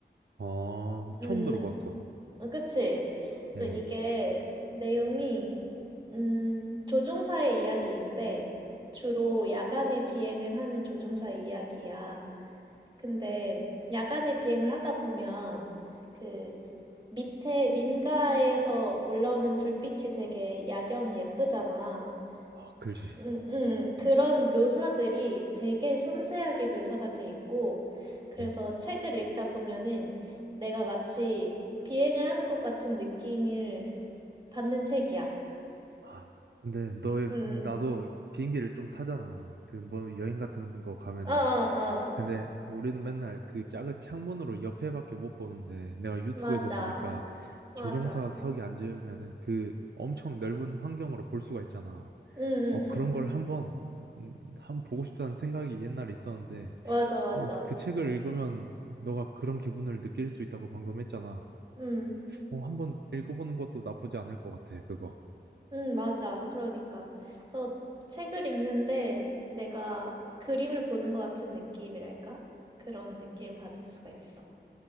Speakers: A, on the right; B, on the right.
A: 어,
B: 음,
A: 처음 들어봤어.
B: 어, 그치? 그래서
A: 음,
B: 이게 내용이 음, 조종사의 이야기인데 주로 야간에 비행을 하는 조종사의 이야기야. 근데 야간에 비행을 하다 보면 그 밑에 민가에서 올라오는 불빛이 되게 야경이 예쁘잖아.
A: 아, 그지.
B: 음, 음, 그런 묘사들이 되게 섬세하게 묘사가 돼 있고, 그래서
A: 음.
B: 책을 읽다 보면은 내가 마치 비행을 하는 것 같은 느낌을 받는 책이야.
A: 아, 근데 너의,
B: 응, 응.
A: 나도 비행기를 좀 타잖아. 그 뭐 여행 같은 거 가면은.
B: 어, 어, 어.
A: 근데 우리는 맨날 그 작은 창문으로 옆에밖에 못 보는데 내가 유튜브에서
B: 맞아.
A: 보니까
B: 맞아.
A: 조종사석에 앉으면은 그 엄청 넓은 환경으로 볼 수가 있잖아.
B: 응, 응,
A: 어,
B: 응.
A: 그런 걸 한번 음, 한번 보고 싶다는 생각이 옛날에 있었는데
B: 맞아, 맞아.
A: 어, 그 책을 읽으면 너가 그런 기분을 느낄 수 있다고 방금 했잖아.
B: 응.
A: 어, 한번 읽어보는 것도 나쁘지 않을 것 같아, 그거.
B: 응, 맞아. 그러니까. 그래서 책을 읽는데 내가 그림을 보는 것 같은 느낌이랄까? 그런 느낌을 받을 수가 있어.